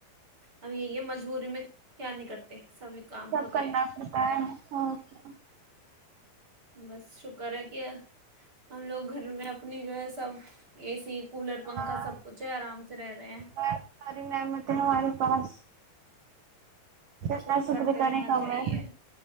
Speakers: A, on the right; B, on the right.
A: اب یہی ہے مجبوری میں کیا نہیں کرتے سبھی کام
B: سب
A: ہوتے
B: کرنا پڑتا ہے اوکے
A: بس شکر ہے کہ ہم لوگ گھر میں اپنی جو ہے سب اے سی کولر پنکھا
B: ہاں
A: سب کچھ ہے آرام سے رہ رہے ہیں
B: بہت ساری نعمتیں ہمارے پاس جتنا
A: شکر کرتے
B: کریں
A: رہنا
B: کم
A: چاہیے
B: ہے